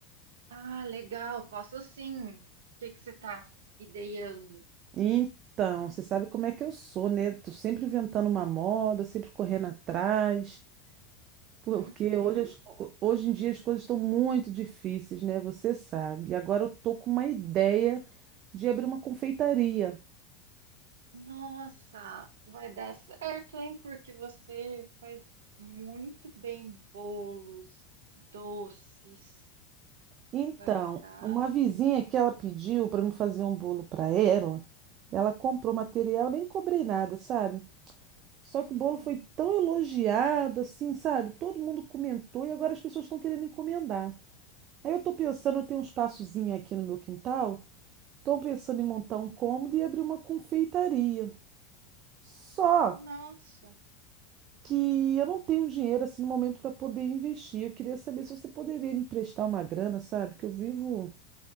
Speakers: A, on the right; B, on the right.
A: Ah, legal, posso sim. O que que você tá ideando?
B: Então, você sabe como é que eu sou, né? Tô sempre inventando uma moda, sempre correndo atrás, porque
A: Uhum.
B: hoje, as co- hoje em dia as coisas estão muito difíceis, né? Você sabe. E agora eu tô com uma ideia de abrir uma confeitaria.
A: Nossa, vai dar certo, hein? Porque você faz muito bem bolos, doces.
B: Então,
A: Vai ficar?
B: uma vizinha que ela pediu para me fazer um bolo para ela, ela comprou material, nem cobrei nada, sabe? Só que
A: Uhum.
B: o bolo foi tão elogiado, assim, sabe? Todo mundo comentou e agora as pessoas estão querendo encomendar. Aí eu tô pensando, eu tenho um espaçozinho aqui no meu quintal, tô pensando em montar um cômodo e abrir uma confeitaria. Só
A: Nossa.
B: que eu não tenho dinheiro assim no momento para poder investir. Eu queria saber se você poderia me emprestar uma grana, sabe? Que eu vivo